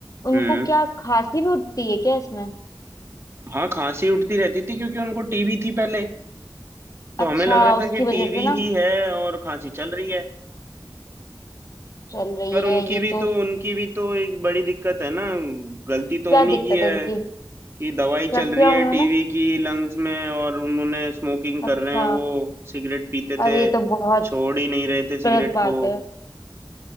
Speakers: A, on the left (about 45°); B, on the right (about 30°).
A: उनको
B: हम्म
A: क्या खांसी भी उठती है क्या इसमें
B: हाँ खांसी उठती रहती थी क्योंकि उनको टीबी थी पहले तो
A: अच्छा
B: हमें लग रहा
A: उसकी
B: था कि टीबी
A: वजह से ना
B: ही है और खांसी चल रही है
A: चल रही
B: पर उनकी
A: है ये
B: भी
A: तो
B: तो उनकी भी तो एक बड़ी दिक्कत है ना गलती तो
A: क्या
B: उन्हीं
A: दिक्कत
B: की है
A: है उनकी
B: कि दवाई
A: क्या
B: चल
A: किया
B: रही है
A: उन्होंने
B: टीवी की लंग्स में और उन्होंने स्मोकिंग
A: अच्छा
B: कर रहे हैं वो सिगरेट पीते
A: अरे
B: थे
A: ये तो बहुत
B: छोड़ ही नहीं रहे थे सिगरेट
A: गलत बात
B: को
A: है